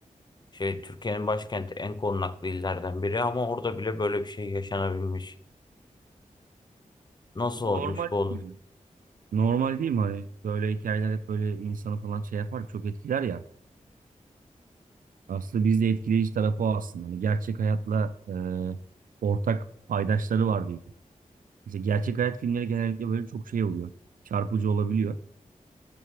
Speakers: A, on the left; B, on the right.
A: şey Türkiye'nin başkenti en korunaklı illerden biri ama orada bile böyle bir şey yaşanabilmiş. Nasıl
B: Normal
A: olmuş bu oğlum?
B: değil mi? Normal değil mi? Hani böyle hikayeler hep böyle insanı falan şey yapar, çok etkiler ya. Aslında bizde etkileyici tarafı o aslında. Hani gerçek hayatla e, ortak paydaşları var diyeyim. Mesela gerçek hayat filmleri genellikle böyle çok şey oluyor. Çarpıcı olabiliyor.